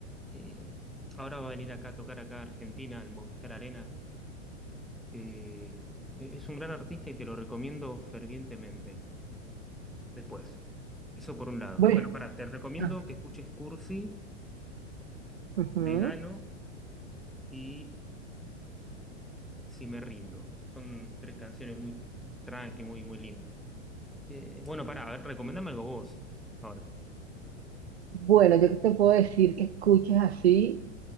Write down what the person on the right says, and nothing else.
Bueno,
ah,
ujú.
Bueno, yo que te puedo decir que escuches así.